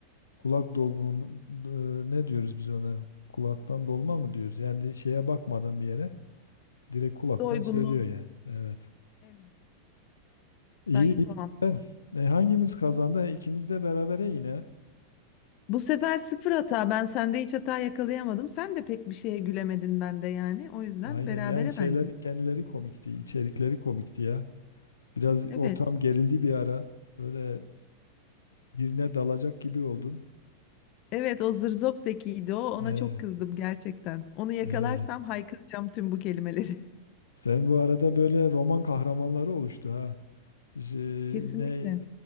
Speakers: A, on the left; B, on the left.
A: kulak dolgun e, ne diyoruz biz ona? Kulaktan dolma
B: do
A: mı diyoruz? Yani şeye bakmadan bir yere Direkt kulaktan
B: doygunluğu.
A: söylüyor yani. Evet.
B: Evet,
A: İyi,
B: ben yapamam.
A: iyi. Ben- E, hangimiz kazandı? E, İkimiz de berabere yine.
B: Bu sefer sıfır hata. Ben sende hiç hata yakalayamadım. Sen de pek bir şeye gülemedin bende yani. O yüzden
A: Aynen
B: berabere
A: yani şeylerin
B: bence.
A: kendileri komikti, içerikleri komikti ya. Biraz
B: Evet.
A: ortam gerildi bir ara. Öyle birine dalacak gibi oldun.
B: Evet o zırzop zekiydi o. Ona
A: E,
B: çok kızdım gerçekten. Onu yakalarsam
A: evet.
B: haykıracağım tüm bu kelimeleri.
A: Sen bu arada böyle roman kahramanları oluştu ha. J-
B: <laughs> Kesinlikle.
A: ne